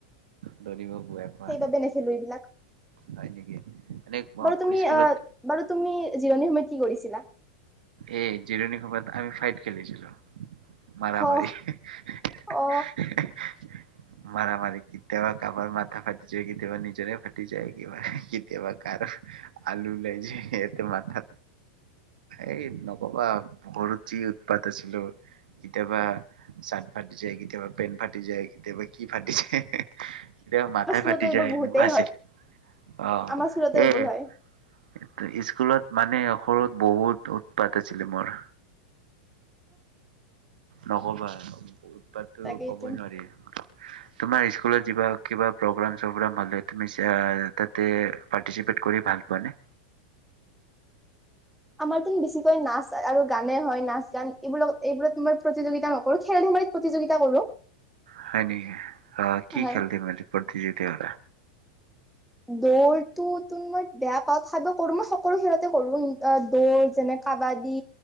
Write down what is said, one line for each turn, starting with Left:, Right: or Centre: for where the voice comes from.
Right: দৌৰিব বোৱা পোৱা
Centre: সেইবাবে নেখেলো এইবিলাক
Right: হয় নেকি এনে অ,
Centre: বাৰু তুমি
Right: স্কুলত
Centre: আহ বাৰু তুমি জিৰণি সময় কি কৰিছিলা
Right: এই জিৰণী খপাত আমি ফাইট খেলিছিলো মৰামৰি
Centre: অ
Right: হি হি
Centre: অ
Right: হি হি মাৰা মাৰি কিততাবা কাবাৰ মথা ফাটি যায় কিততাবা নজৰে ফাটি যায় কিবা কিততাবা কাৰ আলু লৈ যায় এ তো মথা এই নকবা সৰুত যি উৎপাত আছিলো কিতাবা চাৰ্ট ফাটি যায় কিতাবা পেন ফাটি যায় কিতাবা কি ফাটি যায় হে হে হে কিতাবা মাথাই
Centre: আমাৰ স্কুলতো
Right: ফাটি
Centre: এইবোৰ
Right: যায়
Centre: বহুতেই
Right: এনেকুৱা আছিল
Centre: হয়
Right: অ
Centre: আমাৰ স্কুলতো এইবোৰ
Right: এই
Centre: হয়
Right: স্কুলত মানে সৰুত বহুত উৎপাত আছিলো মোৰ নকবা <unintelligible> পাতটো
Centre: তাকেইতো
Right: ক'বই নোৱাৰি তোমাৰ স্কুলত যিবা কিবা প্ৰগ্ৰাম চগ্ৰাম হলে তুমি চাই তাতে পাৰটিচিপেট কৰি ভাল পোৱা নে
Centre: আমাৰতো বেছিকৈ নাচ আৰু গানে হয় নাচ গান এইবোৰত এইবোৰত মই প্ৰতিযোগিতা নকৰো খেল ধেমালিত প্ৰতিযোগিতা কৰো
Right: হয় নেকি আহ কি
Centre: হয়
Right: খেলতি মেলি প্ৰতিযোগিতা পাতা
Centre: দৌৰটোতো মই বেয়া পাওঁ তথাপিও কৰো মই সকলো খেলতে কৰো দৌৰ যেনে কাবাডী